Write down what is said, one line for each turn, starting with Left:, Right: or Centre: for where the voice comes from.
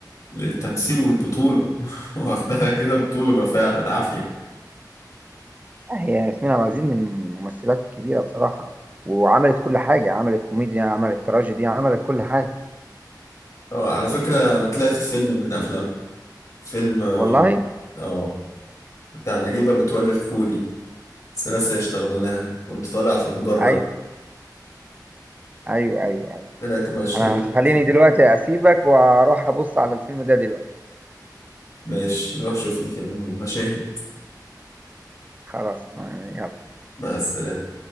Left: للتمثيل والبطولة <laughs> واخدها كده بطولة فعلا عافية
Right: آه، هي ياسمين عبد العزيز من الممثلات الكبيرة بصراحة وعملت كل حاجة عملت كوميديا عملت تراجيدي عملت كل حاجة
Left: اه على فكرة أنا طلعت في فيلم من أفلام فيلم
Right: والله
Left: اه بتاع نجيبة متولي الخولي ثلاثة يشتغلونها كنت طالع في المدرج
Right: أيوه أيوه أيوه أيوه
Left: طلعت مشهد
Right: أنا خليني
Left: كده
Right: دلوقتي أسيبك وأروح أبص على الفيلم ده دلوقتي
Left: ماشي روح شوفني في المشاهد
Right: خلاص آه، يلا
Left: مع السلامة